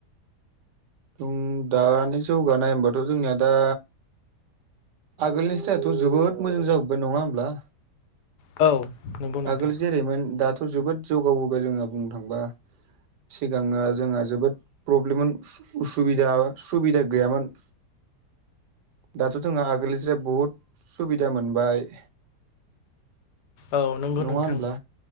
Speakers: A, on the right; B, on the left.
A: जों दानि जौगानाय होमबाथ जोंनिया दा आगोलनि सायदथ जोबोद मोजां जाबोबाय नङा होमब्ला
B: औ नंगौ नोंथां
A: आगोल जेरैमोन दाथ' जोबोद जौगाबोबाय जोङा बुंनो थांबा सिगाङो जोंहा जोबोद प्रब्लेममोन सु उसिदा सुबिदा गैयामोन दाथ' जोंहा आगोलनिस्राय बुहुद सुबिदा मोनबाय
B: औ नंगौ
A: नङा
B: नोंथां
A: होनब्ला